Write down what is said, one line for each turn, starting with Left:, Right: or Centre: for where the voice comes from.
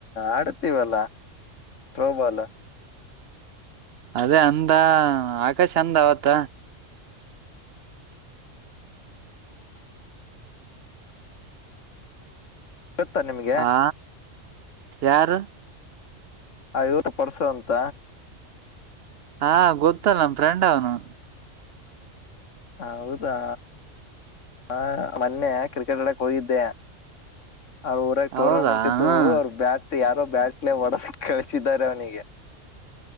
Left: ಆಡ್ತೀವಲ್ಲ ಥ್ರೋ ಬಾಲು.
Right: ಅದೇ ಅಂದ ಆಕಾಶ್ ಅಂದ ಅವತ್ತ.
Left: ತ್ತ ನಿಮಿಗೆ.
Right: ಆ ಯಾರು.
Left: ಆ ಇವರು ಪರ್ಸು ಅಂತ.
Right: ಹಾ ಗೊತ್ತಲ್ಲ ನಮ್ ಫ್ರೆಂಡ್ ಅವನು.
Left: ಹೌದಾ ಆ ಮೊನ್ನೆ ಕ್ರಿಕೆಟ್ ಆಡಕ್ ಹೋಗಿದ್ದೆ. ಅವ್ರ ಊರಾಗ ಟೂರ್ನಮೆಂಟ್
Right: ಹೌದಾ
Left: ಇದ್ದು
Right: ಹ
Left: ಅವರು ಬ್ಯಾಟ್ ಯಾರೋ ಬ್ಯಾಟ್ಲೆೇ ಹೊಡ್ದು ಕಳ್ಸಿದ್ದಾರೆ ಅವನಿಗೆ.